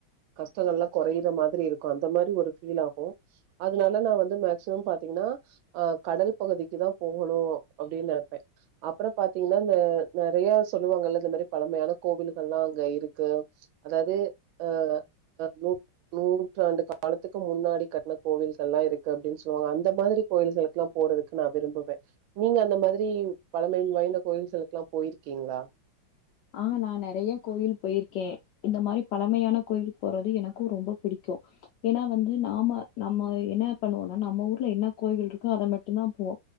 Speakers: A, on the right (about 75°); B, on the left (about 75°).
A: கஷ்டங்கல்லா கொறையுற மாதிரி இருக்கு அந்த மாரி ஒரு ஃபீல் ஆகு அதுனால நா வந்து மேக்சிமம் பாத்தீங் னா அ கடல் பகுதிக்கு தா போகணு அப்டின் நெனபே அப்புற பாத்தீங்ன்னா இந்த நெறைய சொல்லுவாங்கள்ல இந்த மாரி பழமையான கோவில்கள்லா அங்க இருக்கு அதாவது அ அ நூ நூற்றாண்டு காலத்துக்கு முன்னாடி கட்ன கோவில்கள் எல்லா இருக்கு அப்டின்னு சொல்லுவாங்க அந்த மாரி கோயில்களுக்குல்லா போறதுக்கு நா விரும்புவே நீங்க அந்த மாரி ரி பழமை வாய்ந்த கோயில்கலுக்லா போயிருக்கீங்களா
B: அ நா நெறய கோயில் போயிருக்க இந்த மாரி பழமையான கோயில் போறது எனக்கு ரொம்ப பிடிக் சோ ஏன்னா வந்து நாம நம்ம என்ன பண்ணுவோனா நம்ம ஊர்ல என்ன கோயில்கள் இருக்கோ அத மட்டுதா போ போ